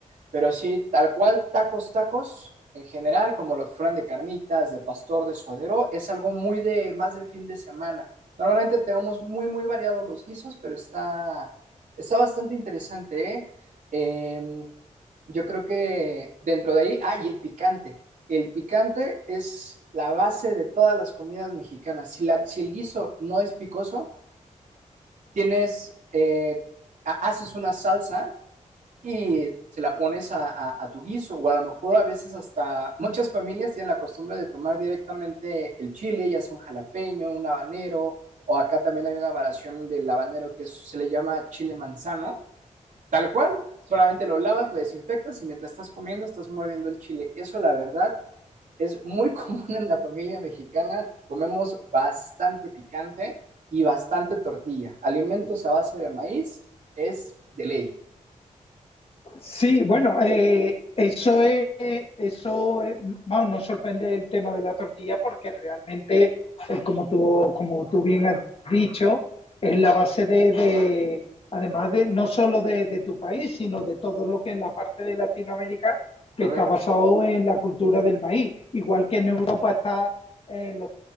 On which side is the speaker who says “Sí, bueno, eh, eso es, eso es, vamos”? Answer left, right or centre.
Left